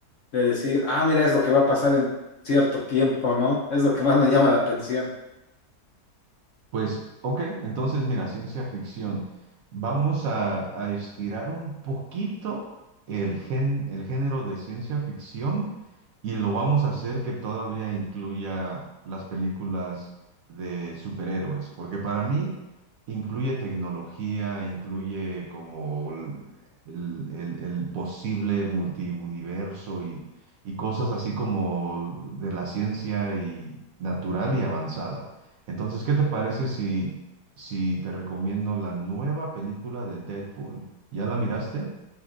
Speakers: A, on the left; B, on the right.
A: de decir, ah, mira, es lo que va a pasar en cierto tiempo, ¿no? Es lo que más me llama la atención.
B: Pues, ok, entonces mira, ciencia ficción. Vamos a, a estirar un poquito el gen, el género de ciencia ficción y lo vamos a hacer que todavía incluya las películas de superhéroes, porque para mí incluye tecnología, incluye como el, el- el- el posible multiuniverso y, y cosas así como de la ciencia y natural y avanzada. Entonces, ¿qué te parece si, si te recomiendo la nueva película de Deadpool? ¿Ya la miraste?